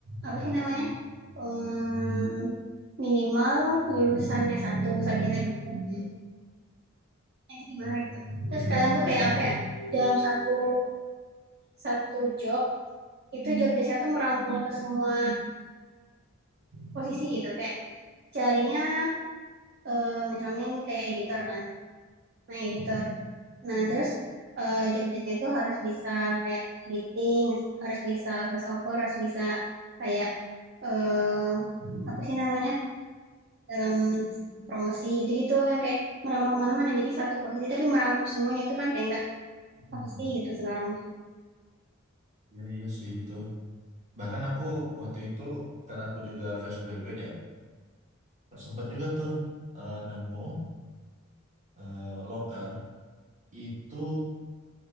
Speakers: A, on the right (about 50°); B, on the right (about 35°).
A: apa sih namanya? Em, minimal lulusan s satu sarjana S1. Nah, itu gimana
B: Nah,
A: gitu. Terus kadang tuh kayak apa ya? Dalam satu satu job itu job desknya tuh merangkul ke semua posisi gitu kayak carinya eh, misalnya nih kayak editor kan. Nah, editor Nah, terus eh, job desk itu harus bisa kayak editing, harus bisa voice over, harus bisa kayak eh apa sih namanya dalam promosi gitu-gitu yang kayak merambah kemana-mana. Jadi satu posisi tapi merangkup semuanya itu kan kayak nggak
B: hmm,
A: apa sih gitu sekarang.
B: Iya iya sih itu. Bahkan aku waktu itu karena aku juga fresh graduate ya, sempat juga tuh eh, nemu eh, loker itu